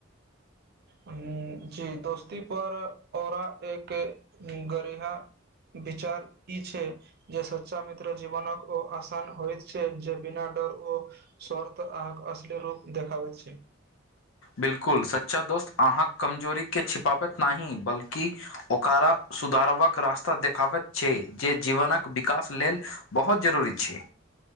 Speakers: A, on the right; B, on the left.
A: ह जी दोस्ती पर औरा एक। गरीमा। विचार ई छै जे सच्चा मित्र जीवनक ओ आसान होइत छै जे बिना डर ओ स्वर्थ अहाँके अश्लील रूप देखाबैत छै।
B: बिल्कुल सच्चा दोस्त अहाँक कमजोरीकेँ छिपाबैत नहिाह बल्कि ओकरा सुधारबाक रास्ता देखाबैत छै। जे जीवनक विकास लेल बहुत जरूरी छै।